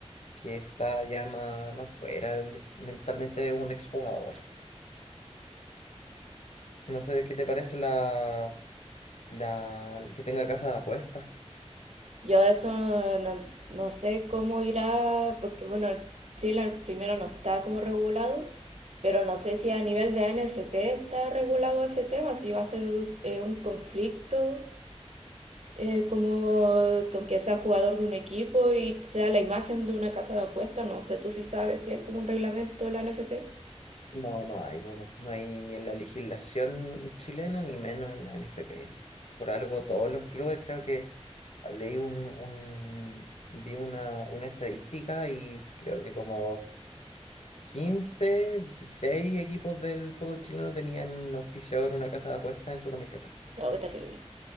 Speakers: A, on the left; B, on the right.
A: que está ya más, más fuera, él mentalmente es un exjugador. No sé de qué te parece la, la que tenga casa de apuestas.
B: Yo eso no, no sé cómo irá, porque bueno, Chile primero no está como regulado, pero no sé si a nivel de ANFP está regulado ese tema, si va a ser un, eh, un conflicto eh, como con que sea jugador de un equipo y sea la imagen de una casa de apuestas, no sé tú si sabes si es como un reglamento de la ANFP.
A: No, no hay, no, no no hay ni en la legislación chilena ni menos en la NFP. Por algo todos los clubes creo que leí un, un- vi una, una estadística y creo que como Quince, dieciséis equipos del fútbol chileno tenían auspiciador una casa de apuestas en su camiseta.
B: No, qué terrible.